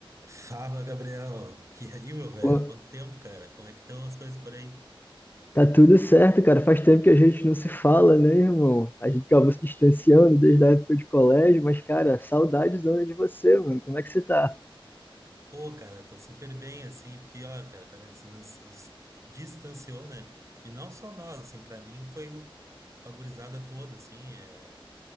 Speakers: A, on the right; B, on the left.
A: Fala, Gabriel. <laughs> E aí, meu velho?
B: Pô,
A: Quanto tempo, cara? Como é que estão as coisas por aí?
B: tá tudo certo, cara. Faz tempo que a gente não se fala, né, irmão? A gente acabou se distanciando desde a época de colégio, mas, cara, saudades dona de você, mano. Como é que você tá?
A: Pô, cara, tô super bem, assim, pior, cara, cara que se dan- dis- distanciou, né? E não só nós, assim, pra mim foi o- com a gurizada toda, assim, é.